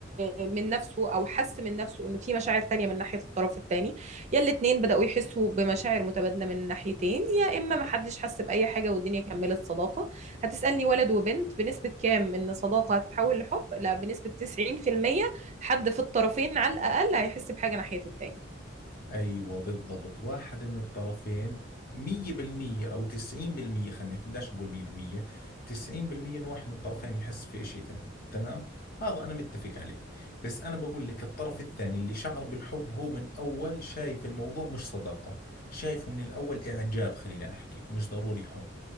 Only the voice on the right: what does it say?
من نفسه او حس من نفسه انه في مشاعر تانية من ناحية الطرف التاني يا الاتنين بدأوا يحسوا بمشاعر متبادلة من ناحيتين يا إما محدش حس بأي حاجة والدنيا كملت صداقة هتسألني ولد وبنت بنسبة كام إن صداقة هتتحول لحب لا بنسبة 90% حد في الطرفين على الأقل هيحس بحاجة ناحية التاني